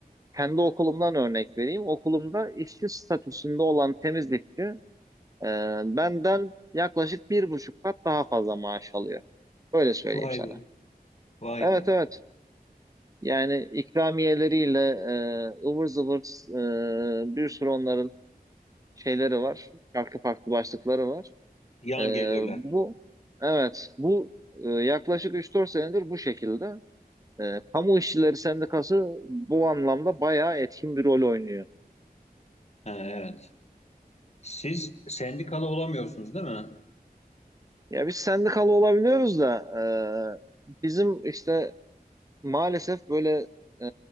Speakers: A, on the right; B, on the left.
A: kendi okulumdan örnek vereyim. Okulumda işçi statüsünde olan temizlikçi e, benden yaklaşık bir buçuk kat daha fazla maaş alıyor. Öyle söyleyeyim
B: Vay
A: sana.
B: be. Vay
A: Evet
B: be.
A: evet. Yani ikramiyeleriyle e, ıvır zıvır e, bir sürü onların şeyleri var. Farklı farklı başlıkları var.
B: Yan
A: E,
B: gelirler.
A: bu evet bu e, yaklaşık üç dört senedir bu şekilde. E, kamu işçileri sendikası bu anlamda bayağı etkin bir rol oynuyor.
B: Ha, evet. Siz sendikalı olamıyorsunuz değil mi?
A: Ya biz sendikalı olabiliyoruz da e, bizim işte maalesef böyle e,